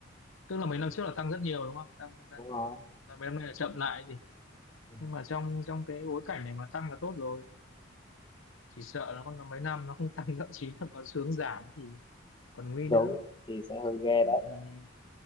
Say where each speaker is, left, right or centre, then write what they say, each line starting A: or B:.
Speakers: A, on the left; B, on the left.
A: tức là mấy năm trước là tăng rất nhiều đúng không tăng tăng
B: đúng rồi
A: là mấy năm nay là chậm lại gì
B: Ừ.
A: nhưng mà trong trong cái bối cảnh này mà tăng là tốt rồi chỉ sợ là còn mấy năm nó không <laughs> tăng thậm chí là còn xuống giảm thì còn nguy
B: đúng
A: nữa
B: thì sẽ hơi ghê đấy
A: Ừ,